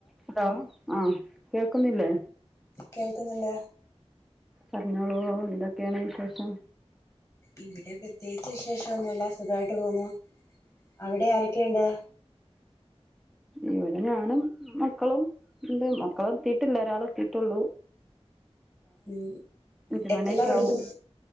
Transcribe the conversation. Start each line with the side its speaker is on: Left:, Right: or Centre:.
Centre: Hello ആഹ കേക്കുന്നില്ലേ
Left: കേൾക്കുന്നുണ്ട്
Centre: പറഞ്ഞോളൂ എന്തൊക്കെയാണ് വിശേഷം?
Left: ഇവിടെ പ്രത്യേകിച്ച് വിശേഷൊന്നുല്ല സുഖായിട്ട് പോന്നു അവിടെ ആരൊ ക്കെയിണ്ട്.?
Centre: ഇവിടെ ഞാനും മക്കളും ൻ്റെ മക്കള് എതീട്ടില്ല ഒരാളെതീട്ടെള്ളൂ.
Left: ഉം
Centre: അഞ്ച്
Left: എത്രേല്ല
Centre: മണിയൊക്കെ
Left: പഠിക്കുന്നെ
Centre: ആവും